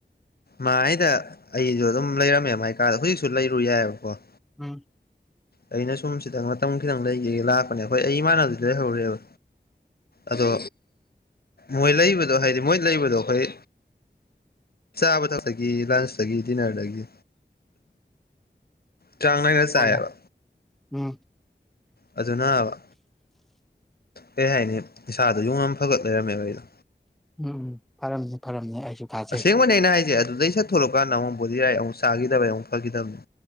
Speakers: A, on the left; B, in the centre.
A: ꯃꯥꯗ ꯑꯩꯁꯨ ꯑꯗꯨꯝ ꯂꯩꯔꯝꯃꯦ ꯃꯥꯏꯀꯥꯗ ꯍꯧꯖꯤꯛꯁꯨ ꯂꯩꯔꯨ ꯌꯥꯏꯑꯕꯀꯣ
B: ꯎꯝ
A: ꯑꯩꯅ ꯁꯨꯝ ꯁꯤꯗꯪ ꯃꯇꯝ ꯈꯤꯇꯪ ꯂꯩꯒꯦꯒ ꯂꯥꯛꯄꯅꯦ ꯍꯣꯏ ꯑꯩ ꯏꯥꯟꯅꯕꯗꯤ ꯂꯩꯍꯧꯔꯦꯕ ꯑꯗꯣ ꯃꯣꯏ ꯂꯩꯕꯗꯣ ꯍꯥꯏꯗꯤ ꯃꯣꯏ ꯂꯩꯕꯗꯣ ꯑꯩꯈꯣꯏ ꯆꯥꯕ ꯊꯥꯛꯇꯒꯤ ꯂꯟꯁꯇꯒꯤ ꯗꯤꯅꯔꯗꯒꯤ ꯆꯥꯡ ꯅꯥꯒ
B: ꯍꯣꯏꯅꯦ
A: ꯆꯥꯏꯌꯦꯑꯕ
B: ꯎꯝ
A: ꯑꯗꯨꯅ ꯀꯩ ꯍꯥꯏꯅꯤ ꯅꯤꯥꯗꯣ ꯌꯨꯝ ꯑꯃ ꯐꯒꯠ ꯂꯩꯔꯝꯃꯦꯕ ꯑꯩꯗꯣ
B: ꯎꯝ ꯎꯝ ꯐꯔꯝꯅꯤ ꯐꯔꯝꯅꯤ ꯑꯩꯁꯨ ꯊꯥꯖꯩ
A: ꯑꯁꯦꯡꯕꯅꯦ ꯑꯩꯅ ꯍꯥꯏꯁꯦ ꯑꯗꯨꯗꯩ ꯁꯠ ꯊꯣꯛꯂꯛꯀꯥꯟꯗ ꯑꯃꯨꯛ ꯕꯣꯗꯤ ꯔꯥꯏꯠ ꯑꯃꯨꯛ ꯆꯥꯈꯤꯗꯕꯩ ꯑꯃꯨꯛ ꯐꯈꯤꯗꯕꯅꯤ